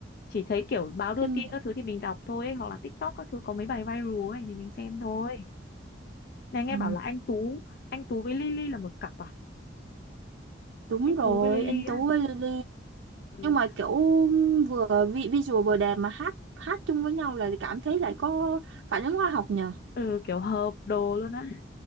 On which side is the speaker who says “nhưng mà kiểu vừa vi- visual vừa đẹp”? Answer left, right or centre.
Right